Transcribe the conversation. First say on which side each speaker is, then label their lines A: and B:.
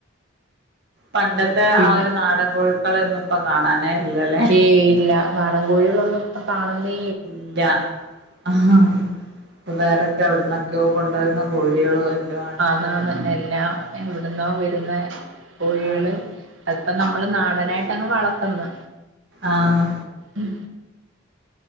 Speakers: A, on the right; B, on the right.
A: പണ്ടത്തെ
B: പിന്നെ
A: ആ ഒരു നാടൻ കോഴുക്കളൊന്നും ഇപ്പ കാണാനേ ഇല്ലല്ലേ
B: ഏയ് ഇല്ല നാടൻ കോഴികളൊന്നും ഇപ്പം കാണുന്നേ
A: ഇല്ല ആഹ് വേറെക്കെ എവിടുന്നൊക്കെയോ കൊണ്ടുവരുന്ന കോഴികളും എല്ലാം ആണുള്ളത്
B: ആന്നാന്ന് എല്ലാം എവിടുന്നോ വരുന്ന കോഴികള്
A: ആണ്
B: അതിപ്പോ നമ്മള് നാടനായിട്ട് അങ്ങ് വളത്തിന്ന്
A: ആഹ്
B: ഉം